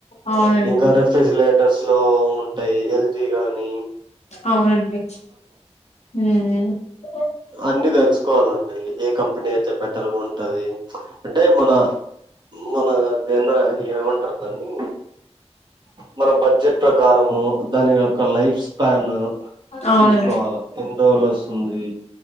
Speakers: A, on the left (about 75°); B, on the right (about 40°).
A: అవునండి
B: ఇంకా రెఫ్రిజిరేటర్స్ లో ఉంటయి ఎల్ జీగానీ
A: అవునండి హమ్ హమ్
B: అన్ని తెలుసుకోవాలండి ఏ కంపెనీ అయితే బెటర్గా ఉంటది అంటే మన మన దేన్న ఏమం దన్ని మన బడ్జెట్ ప్రకారము దాని ఒక లైఫ్ స్పాన్
A: అవునండి
B: చూసుకోవాల లోవల్ వస్తుంది